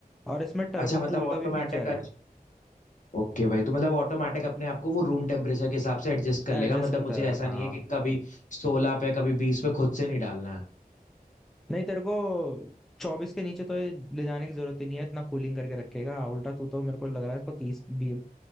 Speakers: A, in the centre; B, on the left.
A: और इसमें टर्बो
B: अच्छा मतलब
A: कूल का
B: ऑटोमेटिक
A: भी फीचर है
B: ओके भाई तो मतलब ऑटोमेटिक अपने आप को वो रूम टेम्परेचर के हिसाब से एडजस्ट कर लेगा
A: एडजस्ट
B: मतलब
A: करता
B: मुझे
A: रहा
B: ऐसा
A: हाँ
B: नहीं है कि कभी सोलह पे कभी बीस पे खुद से नहीं डालना है
A: नहीं तेरे को चौबीस के नीचे तो ये ले जाने की जरूरत ही नहीं है इतना कूलिंग करके रखेगा उल्टा तू तो मेरे को लग रहा है इसको तीस भी